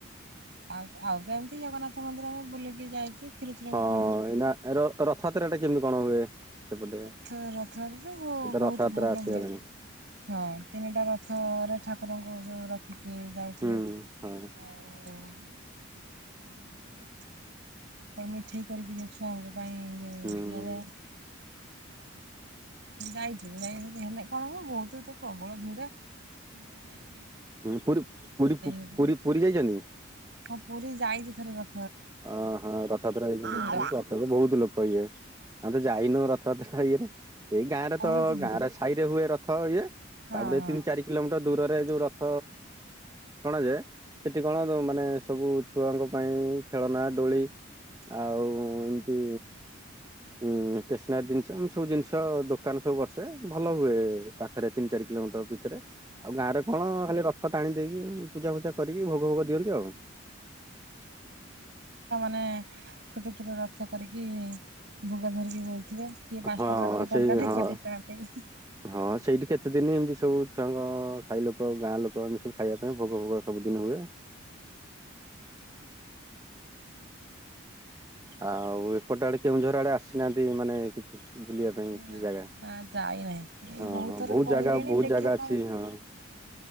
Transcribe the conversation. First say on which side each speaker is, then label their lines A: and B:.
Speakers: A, on the right (about 55°); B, on the right (about 15°).
A: ଆଉ ଆଉ ତ ଏମିତି ଜଗନ୍ନାଥ ମନ୍ଦିର ଆମେ ବୁଲିକି ଯାଇଛୁ। କ୍ଷୀରଚୋରା ଗୋପୀନାଥ
B: ହଁ
A: ବି ଯାଇଛୁ।
B: ଏଇ ରଥଯାତ୍ରା ଟା କେମିତି କଣ ହୁଏ? ସେପଟେ
A: ରଥ ରଥ ତ
B: ଏ ତ
A: ବହୁତ
B: ରଥଯାତ୍ରା
A: ଭଲ
B: ଆସିଗଲାଣି
A: ହୁଏ। ହଁ ତିନିଟା ରଥରେ ଠାକୁ ଠାକୁରଙ୍କୁ ଯୋଉ ରଖିକି ଯାଉଥିବେ
B: ହୁଁ ହଁ
A: ଆଉ ମାନେ ମିଠେଇ କରିକି ଯ ଛୁଆଙ୍କୁ ପାଇଁ ଯୋଉ
B: ହୁଁ।
A: ଦିଆଯାଏ। ଯାଇଛୁ ଯାଇ କଣ ହ ବହୁତ ତ ପ୍ରବଳ ଭିଡ ଭ ଯାଇ
B: ଉଁ ପୁରୀ ପୀ
A: ହବନି।
B: ପୁରୀ ପୁରୀ ଯାଇଛଛନ୍ତି?
A: ହଁ ପୁରୀ ଯାଇଛି ଥରେ ର
B: ଓହଁ ରଥଯାତ୍ରା ଏଇ ରଥଯାତ୍ରା
A: ଭିଡ
B: ବହୁତ ଲୋକ ଇଏ ଆମେ ତ ଯାଇନ ରଥଯାତ୍ରା। ଇଏରେ ଏଇ ଗାଁ ରେ
A: ବହୁତ
B: ତ
A: ଭିଡ।
B: ଗାଁରେ ସାହି ରେ ହୁଏ ରଥ ଇଏ
A: ହଁ
B: ତାପରେ
A: ହଁ
B: ତିନି ଚାରି କିଲୋମିଟର ଦୂରରେ ଯୋଉ ରଥ ଅଣାଯାଏ। ସେଠି କଣ ମାନେ ସବୁ ଛୁଆଙ୍କ ପାଇଁ ଖେଳନା ଡୋଳି ଆଉ ଏମିତି ହୁଁ ଷ୍ଟେସନାରୀ ଜିନିଷ ଏମ ସବୁ ଜିନିଷ ଦୋକାନରେ ସବୁ ବସେ ଭଲ ହୁଏ ପାଖରେ ତିନି ଚାରି କି କିଲୋମିଟର ଭିତରେ ଆଉ ଗାଁରେ କଣ ଖାଲି ରଥ ଟାଣି ଦେଇକି ପୂଜା ଫୂଜା କରିକି ଭୋଗ ଭୋଗ ଦିଅନ୍ତି ଆଉ।
A: ମାନ ଛୋଟ ଛୋଟ ରଥ କରିକି କି ଭୋଗ ଧରିକି ବୋଲଥିବଥିଲେ କିଏ ପାଞ୍ଚ
B: ହଁ
A: ଟଙ୍କା କିଏ ଟଙ୍କା
B: ସେଇ
A: ଟେ
B: ହଁ
A: କିଏ ଦି ଟଙ୍କା ପାଇଁକି
B: ହଁ ସେଇଠି କେତେ ଦିନ ଏମିତି ସବୁ ଛୁଆଙ୍କ ସାହି ଲୋକ ଗାଁ ଲୋକ ଆମେ ସବୁ ଖାଇବା ପାଇଁ ଭୋଗ ଫୋଗ ସବୁଦିନ ହୁଏ। ଆଉ ଏପଟେ ଆଡେ କେଉଁଝର ଆଡେ ଆସିନାହାନ୍ତି ମାନେ କିଛି ବୁଲିବା ପାଇଁ କିଛି
A: ନା।
B: ଜାଗା।
A: ନା ଯାଇନାହିଁ ମୁ
B: ହଁ
A: ବହୁତ
B: ହଁ
A: ଥର କହିଲିଣି
B: ଜାଗା ବହୁତ
A: ଦେଖିବା
B: ଜାଗା ଅଛି
A: କଣ
B: ହଁ।